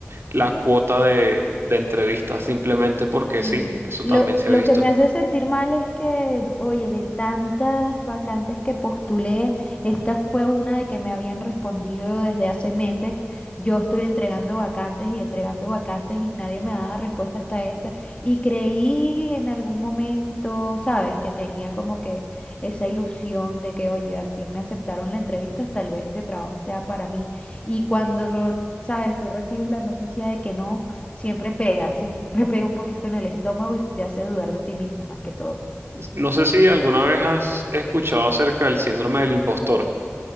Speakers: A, on the right; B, on the left.
A: la cuota de, de entrevistas, simplemente porque
B: Sí,
A: sí, eso
B: lo,
A: también se
B: lo
A: ha visto.
B: que me hace sentir mal es que, oye, de tantas vacantes que postulé, esta fue una de que me habían respondido desde hace meses. Yo estoy entregando vacantes y entregando vacantes y nadie me da respuesta hasta esta. Y creí en algún momento, ¿sabes? Que tenía como que esa ilusión de que, oye, al fin me aceptaron la entrevista, tal vez este trabajo sea para mí. Y cuando, ¿sabes? Tú recibes la noticia de que no. Siempre pega, siempre pega un poquito en el estómago y te hace dudar de ti mismo más que todo.
A: No sé si alguna vez has escuchado acerca del síndrome del impostor.